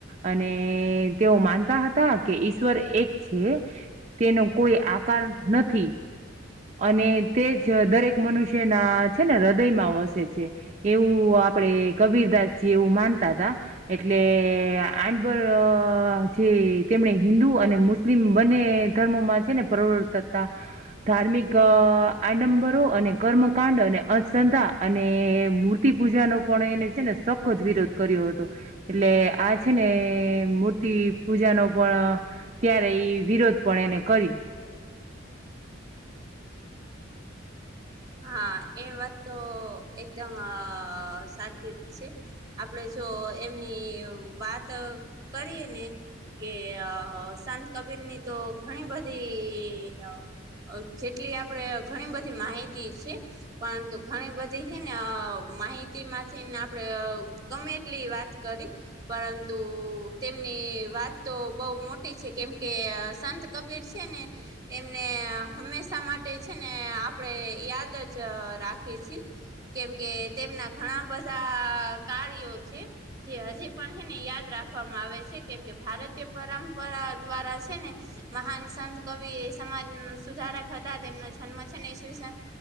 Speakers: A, on the right; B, on the right.
A: અને તેઓ માનતા હતા કે ઈશ્વર એક છે. તેનો કોઈ આકાર નથી. અને તે જ દરેક મનુષ્યના છે ને હૃદયમાં વસે છે. એવું આપડે કબીરદાસજી એવું માનતા હતા, એટલે આડબર જે તેમણે હિન્દુ અને મુસ્લિમ બંને ધર્મોમાં છે ને પરવર્ત ધાર્મિક આડમબરો અને કર્મકાંડ અને અંધશ્રદ્ધા. અને મૂર્તિ પૂજાનો પણ એને છે ને સખત વિરોધ કર્યો હતો. એટલે આ છે ને મૂર્તિ પૂજા નો પણ ત્યારે એઈ વિરોધ પણ એને કર્યો.
B: હા, એ વાત તો એકદમ સાચી જ છે. આપડે જો એમની વાત કરીએ ને. કે અ સંત કબીરની તો ઘણી બધી અ જેટલી આપડે ઘણી બધી માહિતી છે. પરંતુ ઘણી બધી હે ને માહિતીમાંથી ને આપણેે ગમે એટલી વાત કરી. પરંતુ તેમની વાત તો બહુ મોટી છે કેમકે સંત કબીર છે ને એમને હંમેશા માટે છે ને આપડે યાદ જ રાખી છીએ. કેમ કે તેમના ઘણા બધા કાર્યો છે. જે હજી પણ હેને યાદ રાખવામાં આવે છે. કેમ કે ભારતીય પરંપરા દ્વારા છે ને મહાન સંત કવિ એ સમાજ સુધારક હતા. તેમનો જન્મ છે ને ઈસ્વીસન